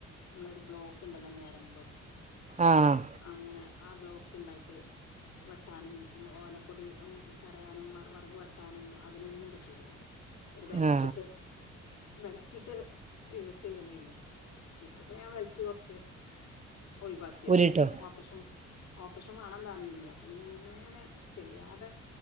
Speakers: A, on the left; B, on the right.
A: നമ്മളൊരു ബ്ലോക്ക് ഇണ്ടല്ലോ ഞെരമ്പ്
B: ആഹ്
A: അങ്ങനെ ആ ബ്ലോക്ക് ഇണ്ടായിട്ട് വെട്ടാനും ഓലക്കൊടി കറയാനും വെറക് വെട്ടാനും അതിനൊന്നും പറ്റൂലേയ്നി ഒരുബെൽറ്റ്
B: ആ
A: ഇട്ട് ബെൽറ്റ് ഇട്ട് യൂസർയ്യലെയ്നി ഇപ്പോപ്പ ഞാ വെൽറ്റ് കൊർച്ച് ഒഴിവാക്കിയതാ
B: ഉരുട്ടോ
A: ഓപ്പ്റഷം ഓപ്റെഷം വാണംന്ന് പറഞ്ഞീനി അൻ അങ്ങനെ ഇങ്ങനെ ചെയ്യാതെ